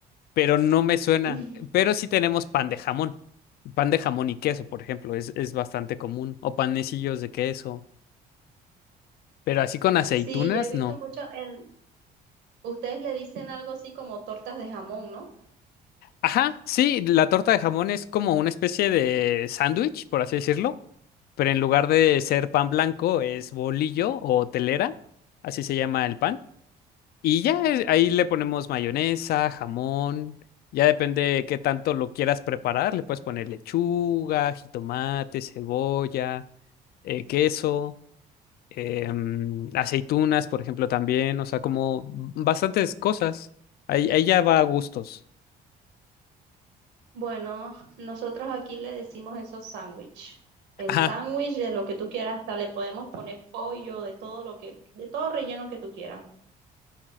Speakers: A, on the left; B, on the right.
A: pero no me suena.
B: <laughs>
A: Pero sí tenemos pan de jamón. Pan de jamón y queso, por ejemplo, es, es bastante común. O panecillos de queso. Pero así con aceitunas,
B: Sí, yo he visto
A: no.
B: mucho en, ustedes le dicen algo así como tortas de jamón, ¿no?
A: Ajá, sí, la torta de jamón es como una especie de sándwich, por así decirlo, pero en lugar de ser pan blanco es bolillo o telera, así se llama el pan. Y ya es- ahí le ponemos mayonesa, jamón, ya depende qué tanto lo quieras preparar, le puedes poner lechuga, jitomate, cebolla, eh, queso, em, aceitunas, por ejemplo, también, o sea, como bastantes cosas. Ahí, ahí ya va a gustos.
B: Bueno, nosotros aquí le decimos eso sándwich. El
A: Ajá.
B: sándwich de lo que tú quieras, hasta le podemos poner pollo, de todo lo que, de todo relleno que tú quieras.